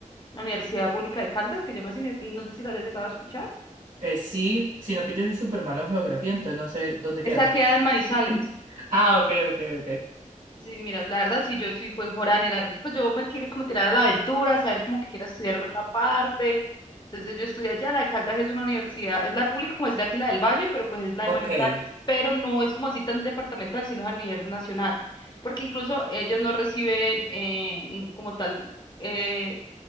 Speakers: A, on the left; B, on the right.
A: la Universidad Pública de Caldas, que llamas, no sé si la hayas llegado a escuchar.
B: Eh, sí, sino que yo soy súper malo en geografía, entonces no sé dónde queda.
A: Esa queda en Manizales.
B: <laughs> Ah, ok, ok, ok.
A: Pues sí, mira, la verdad, si yo sí fue foránea, la verdad, pues yo me quiero como tirar a la aventura, saber como que quiero estudiar en otra parte. Entonces yo estudié allá, la de Caldas es una universidad, es la pública, como decir aquí la del Valle, pero pues es la de
B: <laughs>
A: Manizales,
B: Ok.
A: pero no es como así tan departamental, sino es a nivel nacional, porque incluso ellos no reciben eh, in- como tal, eh,